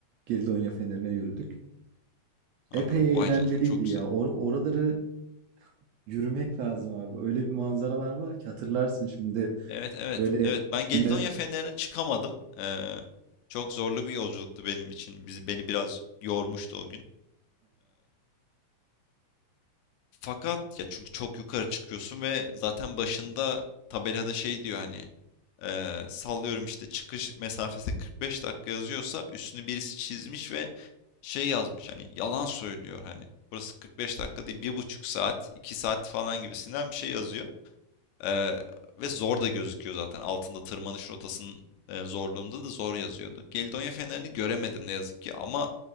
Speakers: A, on the right; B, on the left.
A: Gildonya Feneri'ne yürüdük.
B: Aha,
A: Epey
B: vay
A: eğlenceliydi
B: canına çok
A: ya.
B: güzel.
A: Or- oraları yürümek lazım abi. Öyle bir manzaralar var ki hatırlarsın şimdi
B: Evet evet
A: böyle
B: evet ben Gelidonya
A: Fener'e
B: Fenleri'ne çıkamadım. Ee, çok zorlu bir yolculuktu benim için. Bizi, beni biraz yormuştu o gün. Fakat ya çünkü çok yukarı çıkıyorsun ve zaten başında tabelada şey diyor hani eee, sallıyorum işte çıkış mesafesi 45 dakika yazıyorsa üstünü birisi çizmiş ve şey yazmış hani yalan söylüyor hani burası 45 dakika değil bir buçuk saat 2 saat falan gibisinden bir şey yazıyor. Ee, ve zor da gözüküyor zaten. Altında tırmanış rotasının e, zorluğunda da zor yazıyordu. Gelidonya fenerini göremedim ne yazık ki ama